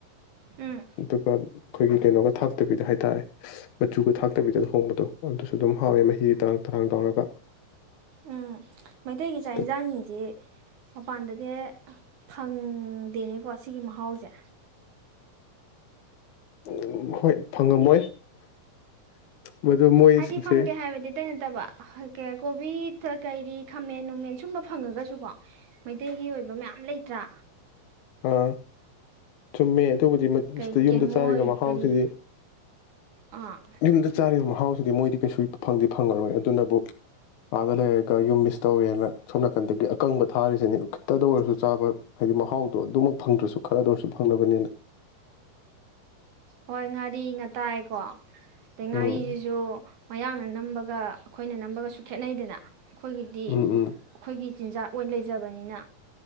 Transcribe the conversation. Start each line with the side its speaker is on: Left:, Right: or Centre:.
Right: ꯎꯝ
Left: ꯑꯗꯨꯒ ꯑꯩꯈꯣꯏꯒꯤ ꯀꯩꯅꯣꯒ ꯊꯥꯛꯇꯕꯤꯗ ꯍꯥꯏꯇꯥꯔꯦ ꯃꯆꯨꯒ ꯊ ꯇꯛꯇꯕꯤꯗꯗ ꯍꯣꯡꯕꯗꯣ ꯑꯗꯨꯁꯨ ꯑꯗꯨꯝ ꯍꯥꯎꯋꯦ ꯃꯍꯤꯒꯤ ꯇꯔꯥꯡ ꯇꯔꯥꯡ ꯇꯧꯔꯒ
Right: ꯎꯝ ꯃꯩꯇꯩꯒꯤ ꯆꯥꯛ
Left: ꯑꯗꯨ
Right: ꯏꯟꯁꯥꯡꯁꯤꯡꯁꯤ ꯃꯄꯥꯟꯗꯗꯤ ꯐꯪꯗꯦꯅꯦꯀꯣ ꯁꯤꯒꯤ ꯃꯍꯥꯎꯁꯦ
Left: ꯎ ꯍꯣꯏ ꯐꯪꯉꯝꯃꯣꯏ ꯃꯗꯨ ꯃꯣꯏꯁꯤꯡꯁꯦ
Right: ꯍꯥꯏꯗꯤ ꯐꯪꯗꯦ ꯍꯥꯏꯕꯗꯤ ꯇꯩꯅ ꯅꯠꯇꯕ ꯀ ꯀꯣꯕꯤ ꯀꯩꯔꯤ ꯈꯥꯃꯦꯟ ꯅꯨꯡꯃꯦꯟ ꯁꯨꯝꯕ ꯐꯪꯉꯒꯁꯨ ꯀꯣ ꯃꯩꯇꯩꯒꯤ ꯑꯣꯏꯕ ꯃꯌꯥꯝ ꯂꯩ ꯇ꯭ꯔꯥ
Left: ꯑ ꯆꯨꯝꯃꯦ ꯑꯗꯨꯕꯨꯗꯤꯗ
Right: ꯀꯩ
Left: ꯌꯨꯝꯗ
Right: ꯀꯦꯡꯉꯣꯏ
Left: ꯆꯥꯔꯤꯕ ꯃꯍꯥꯎꯁꯤꯗꯤ
Right: ꯀꯔꯤ ꯑꯥ
Left: ꯌꯨꯝꯗ ꯆꯥꯔꯤꯕ ꯃꯍꯥꯎꯁꯤꯗꯤ ꯃꯣꯏꯗꯤ ꯀꯩꯁꯨ ꯐꯪꯗꯤ ꯐꯪꯉꯔꯣꯏ ꯑꯗꯨꯅꯕꯨ ꯑꯥꯗ ꯂꯩꯔꯒ ꯌꯨꯝ ꯃꯤꯁ ꯇꯧꯋꯦꯅ ꯁꯣꯝ ꯅꯥꯀꯟꯗꯒꯤ ꯑꯀꯪꯕ ꯊꯥꯔꯤꯁꯤꯅꯤ ꯈꯤꯇꯗ ꯑꯣꯏꯔꯁꯨ ꯆꯥꯕ ꯍꯥꯏꯗꯤ ꯃꯍꯥꯎ ꯗ ꯑꯗꯨꯃꯛ ꯐꯪꯗ꯭ꯔꯁꯨ ꯈꯔꯗ ꯑꯣꯏꯔꯁꯨ ꯐꯪꯅꯕꯅꯤꯅ
Right: ꯍꯣꯏ ꯉꯥꯔꯤ ꯉꯥꯇꯥꯏꯀꯣ ꯦꯉꯥꯔꯤ
Left: ꯎꯝ
Right: ꯌꯖꯣ ꯃꯌꯥꯡꯅ ꯅꯝꯕꯒ ꯑꯩꯈꯣꯏꯅ ꯅꯝꯕꯒꯁꯨ ꯈꯦꯠꯅꯩꯗꯅ ꯑꯩꯈꯣꯏꯒꯤꯗꯤ
Left: ꯎꯝ ꯎꯝ
Right: ꯑꯩꯈꯣꯏꯒꯤ ꯆꯤꯟꯖꯥꯛ ꯑꯣꯏꯅ ꯂꯩꯖꯕꯅꯤꯅ